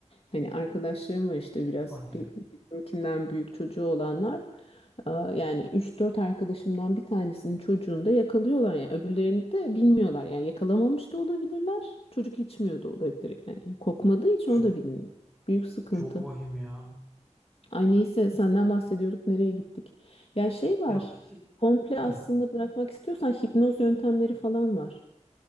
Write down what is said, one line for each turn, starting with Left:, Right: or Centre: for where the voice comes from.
Left: Hani arkadaşlarım var işte biraz
Centre: Hadi ya.
Left: bi- bizimkinden büyük çocuğu olanlar. Aa, Yani üç dört arkadaşımdan bir tanesinin çocuğunu da yakalıyorlar yani öbürlerini de bilmiyorlar yani yakalamamış da olabilirler çocuk içmiyor da olabilir yani kokmadığı için
Centre: Çok,
Left: o da bilinmiyor büyük sıkıntı
Centre: çok vahim ya.
Left: ay neyse senden bahsediyorduk nereye gittik ya şey var
Centre: Ya peki.
Left: komple
Centre: Hı.
Left: aslında bırakmak istiyorsan hipnoz yöntemleri falan var